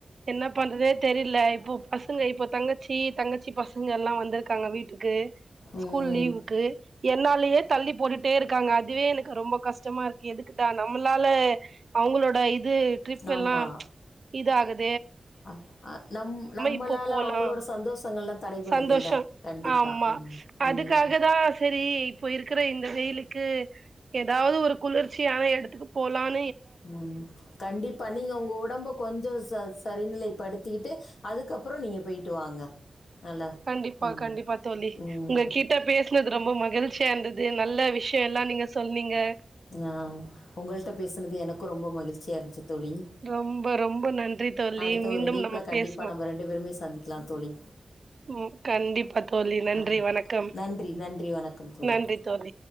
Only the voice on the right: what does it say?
என்ன பண்றதே தெரில இப்பொ பசங்க இப்பொ தங்கச்சி தங்கச்சி பசங்க எல்லா வந்திருக்காங்க வீட்டுக்கு
ஸ்கூல் லீவுக்கு என்னாலயே தள்ளி போட்டுட்டே இருக்காங்க அதுவே எனக்கு ரொம்ப கஷ்டமா இருக்கு எதுக்குடா நம்மளால அவங்களோட இது ட்ரிப்
எல்லா இதாகத்
இப்போ போலா
சந்தோஷம்
ஆமா
அதுக்காக
தா செரி இப்பொ இருக்குற இந்த வெயிலுக்கு ஏதாவது ஒரு குளிர்ச்சியான எடத்துக்கு போலான்
கண்டிப்பா
கண்டிப்பா தோழி
உங்க கிட்ட பேசுனது ரொம்ப மகிழ்ச்சியா இந்த து நல்ல விஷயொ எல்லா நீங்க சொன்னிங்க
ரொம்ப ரொம்ப நன்றி தோழி
மீண்டும்
நம்ம
பேசுவோம்
ம் கண்டிப்பா தோழி நன்றி
வணக்கம்
நன்றி தோழி